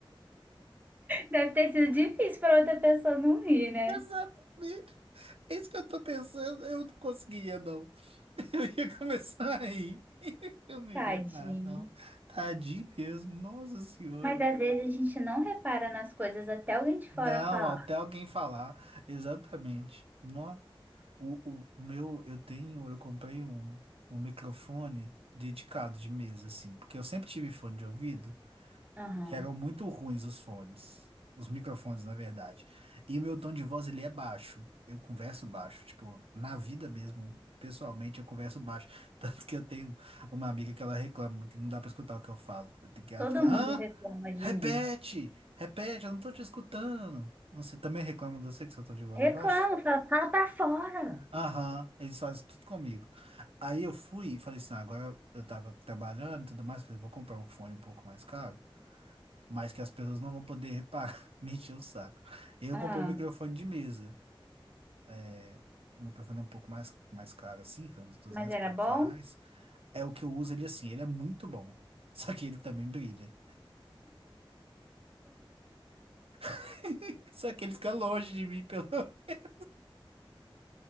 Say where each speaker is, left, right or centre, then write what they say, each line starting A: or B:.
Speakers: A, on the right; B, on the right.
A: Deve ter sido difícil para outra pessoa não rir, né?
B: Exatamente. É isso que eu tô pensando. Eu não conseguiria, não. <laughs> Eu ia começar a rir. <laughs> Eu não ia
A: Tadinho.
B: aguentar, não. Tadinho mesmo. Nossa Senhora.
A: Mas às vezes a gente não repara nas coisas até alguém de
B: Não,
A: fora falar.
B: até alguém falar. Exatamente. Nossa. O, o meu, eu tenho, eu comprei um, um microfone dedicado de mesa, assim, porque eu sempre tive fone de ouvido,
A: Aham.
B: que eram muito ruins os fones, os microfones, na verdade. E meu tom de voz, ele é baixo, eu converso baixo, tipo, na vida mesmo, pessoalmente, eu converso baixo. <laughs> Tanto que eu tenho uma amiga que ela reclama que não dá pra escutar o que eu falo. Eu tenho que, ela
A: Todo
B: fica,
A: mundo
B: hã?
A: reclama de
B: Repete,
A: mim.
B: repete, eu não tô te escutando. Você também reclama de você que seu tom de voz
A: Reclamo,
B: é baixo?
A: fala, fala pra fora.
B: Aham, eles fazem tudo comigo. Aí eu fui e falei assim, "Ah, agora eu tava trabalhando e tudo mais, falei, vou comprar um fone um pouco mais caro, mas que as pessoas não vão poder reparar, <laughs> me encher o saco. E aí eu
A: Ah,
B: comprei um microfone de mesa, é, um microfone um pouco mais, mais caro assim, foi uns 200
A: Mas era
B: e poucos
A: bom?
B: reais. É o que eu uso ele assim, ele é muito bom, <laughs> só que ele também brilha. <laughs> Só que ele fica longe de mim pelo... <laughs>